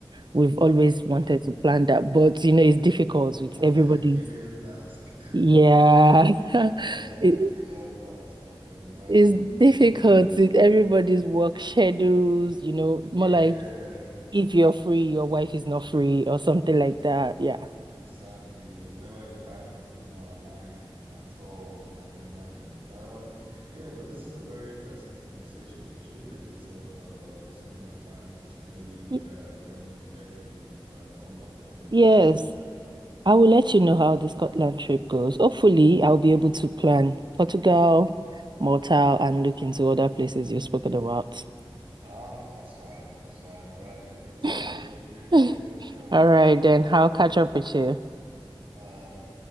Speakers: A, on the right (about 50°); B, on the right (about 70°).
A: We've always wanted
B: <laughs>
A: to plan that, but you know, it's difficult with
B: That's
A: everybody.
B: a Herculean task.
A: Yeah,
B: <laughs>
A: <laughs>
B: That's a
A: it,
B: Herculean task, I can imagine.
A: it's difficult
B: <laughs>
A: with everybody's work schedules, you know,
B: Yeah.
A: more like if you're free, your wife is not free or something
B: I
A: like that. Yeah.
B: Exactly. There's never a time it's gonna align at all, I can imagine. Um, yeah, but this is a very interesting conversation. We should pick this up uh some other time, particularly
A: Y-
B: uh when you eventually uh come back from your
A: Yes,
B: Scotland trip.
A: I will let you know how the Scotland trip goes. Hopefully, I'll be able to plan Portugal,
B: Yeah.
A: Malta, and look into other places you've spoken about.
B: Ah, that's fine, that's fine. All right, looking to
A: <sighs>
B: hear from you again.
A: <laughs>
B: Enjoy.
A: All right, then I'll catch up with you.
B: <laughs> Bye.